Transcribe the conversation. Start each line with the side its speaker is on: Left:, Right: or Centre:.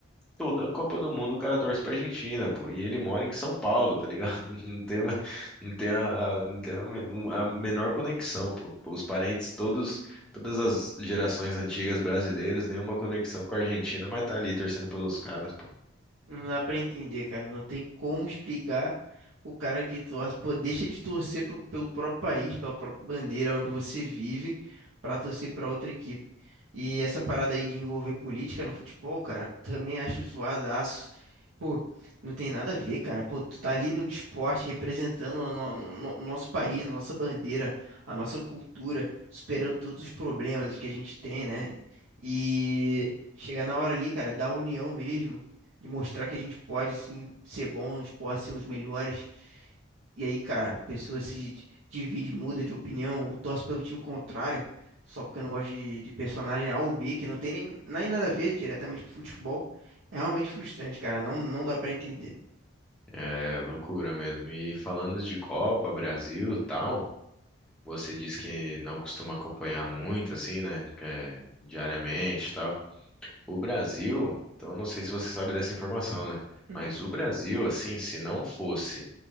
Centre: toda Copa do Mundo o cara torce pra Argentina, pô. E ele mora em São Paulo, tá ligado? <laughs> Não tem, uma- não tem, a, a- não tem a, me- um- a menor conexão, pô. Pô, Os parentes, todos, todas as gerações antigas brasileiras, nenhuma conexão com a Argentina, mas tá ali torcendo pelos caras, pô.
Right: Não dá pra entender, cara. Não tem como explicar o cara que torce, pô, deixa de torcer pro- pelo próprio país, pela própria bandeira onde você vive, pra torcer pra outra equipe. E essa parada aí de envolver política no futebol, cara, também acho zoadaço. Pô, não tem nada a ver, cara. Pô, tu tá ali no esporte representando o no- no- no- nosso país, nossa bandeira, a nossa cultura, superando todos os problemas que a gente tem, né? E chega na hora ali, cara, da união mesmo de mostrar que a gente pode sim ser bom no esporte, ser os melhores. E aí, cara, a pessoa se di- divide, muda de opinião, ou torce pelo time contrário, só porque eu não gosto de, de personagem A ou B, que não tem nem, nem nada a ver diretamente com futebol. É realmente frustrante, cara. Não, não dá pra entender.
Centre: É loucura mesmo. E falando de Copa, Brasil, tal. Você diz que não costuma acompanhar muito, assim, né? que é, diariamente e tal. O Brasil, então eu não sei se você sabe dessa informação, né?
Right: Hum.
Centre: Mas o Brasil, assim, se não fosse.